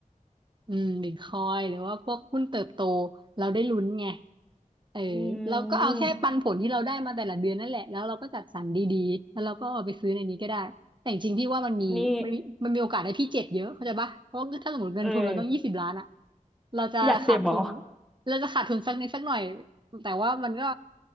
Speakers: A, on the right; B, in the centre.
A: อืมบิตคอยหรือว่าพวกหุ้นเติบโตเราได้ลุ้นไงเออเราก็เอาแค่ปันผลที่เราได้มาแต่ละเดือนนั่นแหละแล้วเราก็จัดสรรดีๆแล้วเราก็เอาไปซื้อในนี้ก็ได้แต่จริงๆพี่ว่ามันมีมันมีมันมีโอกาสให้พี่เจ็บเยอะเข้าใจปะเพราะว่าถ้าสมมติเงินทุนเราต้องยี่สิบล้านอะ
B: อืมนี่เออ
A: เราจะขาดทุน
B: อยากเสพบอ
A: เราจะขาดทุนสักนิดสักหน่อยแต่ว่ามันก็